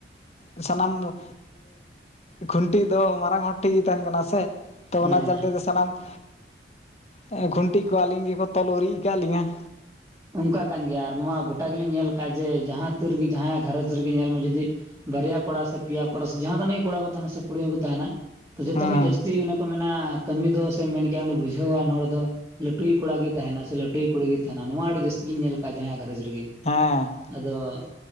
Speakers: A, on the left; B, on the right.
A: ᱥᱟᱱᱟᱢ ᱠᱷᱩᱱᱴᱤᱜ ᱫᱚ ᱢᱟᱨᱟᱝ ᱦᱚᱲ ᱴᱷᱮᱱ ᱜᱮ ᱛᱟᱦᱮᱸᱱ ᱠᱟᱱᱟ ᱥᱮ, ᱛᱚ ᱚᱱᱟ
B: ᱦᱮᱸ
A: ᱪᱟᱞᱛᱮ ᱫᱚ ᱥᱟᱱᱟᱢ ᱠᱷᱩᱱᱴᱤᱜ ᱠᱚ ᱟᱹᱞᱤᱧ ᱜᱮᱠᱚ ᱛᱚᱞ ᱩᱨᱤᱡ ᱟᱠᱟᱫ ᱞᱤᱧᱟᱹ
B: ᱚᱱᱠᱟ ᱠᱟᱱ ᱜᱮᱭᱟ ᱟᱨ ᱱᱚᱣᱟ ᱜᱚᱴᱟ ᱜᱮᱞᱤᱧ ᱧᱮᱞ ᱟᱠᱟᱫᱼᱟ ᱡᱮ ᱡᱟᱦᱟᱸ ᱛᱤ ᱨᱮᱜᱮ ᱡᱟᱦᱟᱸᱭᱟᱜ ᱜᱷᱟᱨᱚᱸᱡᱽ ᱨᱮᱜᱮ ᱧᱮᱞ ᱢᱮ ᱡᱩᱫᱤ, ᱵᱟᱨᱭᱟ ᱠᱚᱲᱟ ᱥᱮ ᱯᱮᱭᱟ ᱠᱚᱲᱟ ᱥᱮ ᱡᱟᱦᱟᱸ ᱛᱤᱱᱟᱹᱜ ᱜᱮ ᱠᱚᱲᱟ ᱠᱚ ᱛᱟᱦᱮᱱᱟ ᱥᱮ ᱠᱩᱲᱤ ᱦᱚᱸ ᱠᱚ ᱛᱟᱦᱮᱱᱟ, ᱛᱚ ᱡᱚᱛᱚ
A: ᱦᱮᱸ
B: ᱠᱷᱚᱡ ᱡᱟᱹᱥᱛᱤ ᱠᱚ ᱢᱮᱱᱟ, ᱠᱟᱹᱢᱤ ᱫᱚ ᱥᱮ ᱢᱮᱱ ᱠᱮᱭᱟ ᱩᱱᱤ ᱵᱩᱡᱷᱟᱹᱣᱟᱱ ᱦᱚᱲ ᱫᱚ ᱞᱟᱹᱴᱩᱭᱤᱡ ᱠᱚᱲᱟ ᱜᱮ ᱛᱟᱦᱮᱸᱱᱟ ᱥᱮ ᱞᱟᱹᱴᱩᱭᱤᱡ ᱠᱩᱲᱤ ᱜᱮ ᱛᱟᱦᱮᱸᱱᱟ᱾ ᱱᱚᱣᱟ ᱟᱹᱰᱤ ᱡᱟᱹᱥᱛᱤᱞᱤᱧ ᱧᱮᱞ ᱠᱟᱜ ᱡᱟᱦᱟᱸᱭᱟᱜ ᱜᱷᱟᱨᱚᱸᱡᱽ ᱨᱮᱜᱮ,
A: ᱦᱮᱸ
B: ᱟᱫᱚ